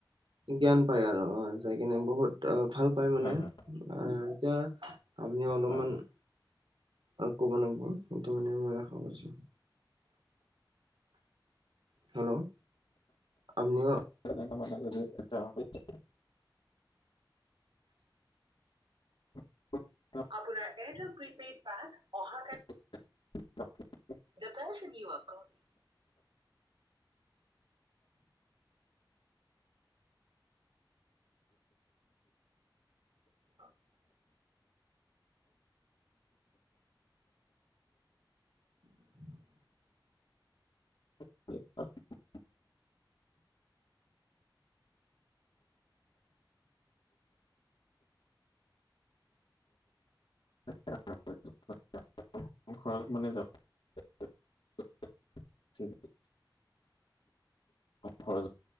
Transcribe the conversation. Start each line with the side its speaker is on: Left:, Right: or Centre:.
Left: আৰু
Right: জ্ঞান পাই আৰু আহ যাই কিনে বহুত আহ ভাল পায় মানে।
Left: হয়
Right: আহ
Left: হয়
Right: এতিয়া আপনি অলপমান।
Left: হয় হয়
Right: আৰু ক'ব লাগিব সেইটো মানে মই আশা কৰিছো। হেল্ল', আপুনিও
Left: <unintelligible> <unintelligible>
Right: আপোনাৰ এয়াৰটেল প্ৰিপেইড পেক অহা কালি
Left: <unintelligible>
Right: দা পাৰ্চন ইউ আৰ কলিংগ <inaudible> <inaudible>
Left: <unintelligible> <unintelligible> ঘৰত মানে যাব <unintelligible> <unintelligible> খৰচ